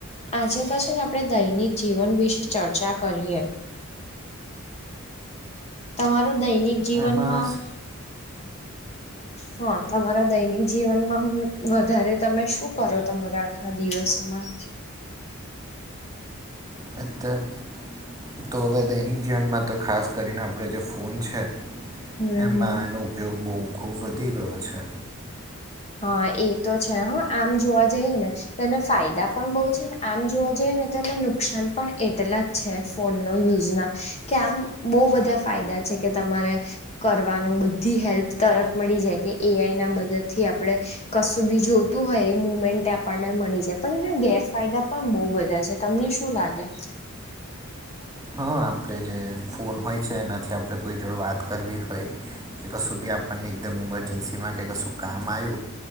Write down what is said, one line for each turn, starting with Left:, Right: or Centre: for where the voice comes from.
Left: આજે તો છે આપણે દૈનિક જીવન વિશે ચર્ચા કરીએ. તમારૂ દૈનિક જીવનમાં
Right: એમાં
Left: હા તમારા દૈનિક જીવનમાં વધારે તમે શું કરો? તમારા આખા દિવસોમાં
Right: <unintelligible> તો હવે દૈનિક જીવનમાં તો ખાસ કરીને આપણે જે ફોન છે
Left: હમ
Right: એમાં
Left: હમ
Right: એનો ઉપયોગ બહુ ખૂબ વધી ગયો છે.
Left: હા એ તો છે હ આમ જોવા જઈએને તેના ફાયદા પણ બોવ છે ને આમ જોવા જઈએ ને તેને નુકસાન પણ એટલા છે ફોનનો યુઝના કે આમ બહુ બધા ફાયદા છે કે તમારે કરવાનું બધી હેલ્પ તરત મળી જાય કે એઆઈ ના મદદ થી આપણેે કશુંબી જોવતું હોય એ મુમેન્ટ આપણને મળી જાય પણ એના ગેરફાયદા પણ બોવ બધા છે. તમને શું લાગે?
Right: હા આપણે જે ફોન હોય છે, એનાથી આપણે કોઈ જોડે વાત કરવી હોય કે કશું બી આપણને એકદમ ઈમરજન્સીમાં કે કશું કામ આવ્યું